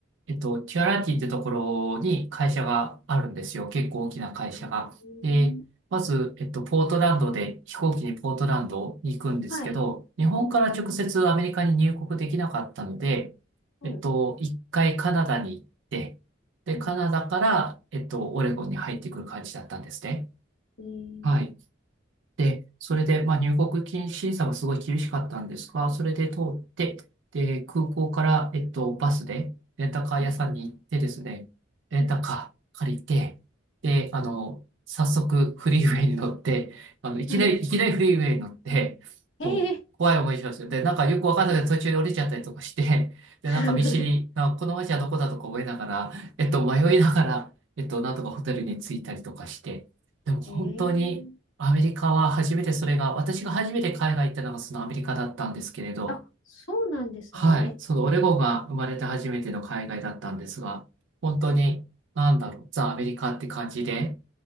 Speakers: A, on the right; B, on the left.
A: えっと、キュアラティってところに会社があるんですよ。結構大きな会社が。
B: ーん
A: で、まず、えっと、ポートランドで、飛行機にポートランドに行くんですけど、
B: はい、
A: 日本から直接アメリカに入国できなかったので、
B: うん、うん、
A: えっと、一回カナダに行って、で、
B: うん、
A: カナダから、
B: うん、
A: えっと、オレゴンに入ってくる感じだったんですね。
B: えー、
A: はい。で、それで、まあ、入国禁止さがすごい厳しかったんですが、それで通って、で、空港から、えっと、バスで、レンタカー屋さんに行ってですね、
B: うん、
A: レンタカー借りて、
B: うん、
A: で、あの、
B: うん
A: 早速フリーウェイに乗って、あの、いきなり、
B: はい、
A: いきなりフリーウェイに乗って、
B: え
A: こう、怖い思いしますよ。で、なんかよくわかんないけど途中で降りちゃったりとかして、
B: ー、
A: で、
B: <laughs>
A: なんか見知り、なんかこの街はどこだとか覚えながら、えっと、迷いながら、えっと、なんとかホテルに着いたりとかして、でも本当に、
B: えー、
A: アメリカは初めてそれが、私が初めて海外行ったのがそのアメリカだったんですけれど、
B: あ、そうなんですね。
A: はい、そのオレゴンが生まれて初めての海外だったんですが、本当に、なんだろう、ザ・アメリカって感じで、